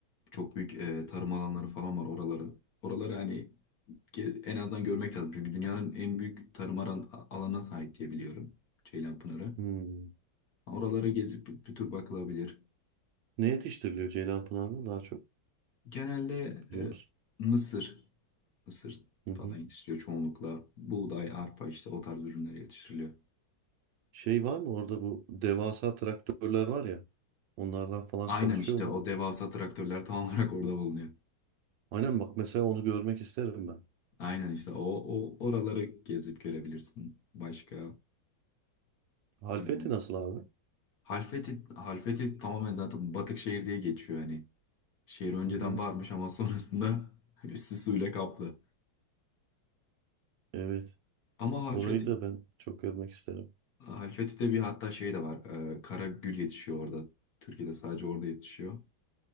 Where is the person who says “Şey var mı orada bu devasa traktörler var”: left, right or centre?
Right